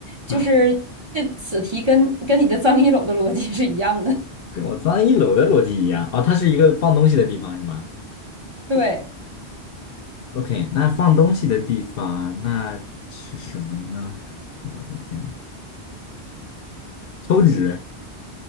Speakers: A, on the left; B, on the right.
A: 啊，
B: 就是这此题跟跟你的脏衣篓的逻辑是一样的，
A: 跟我脏一楼的逻辑一样哦，它是一个放东西的地方是吗？
B: <laughs> 对，
A: OK，那放东西的地方那是什么呢？我的天呐，抽纸。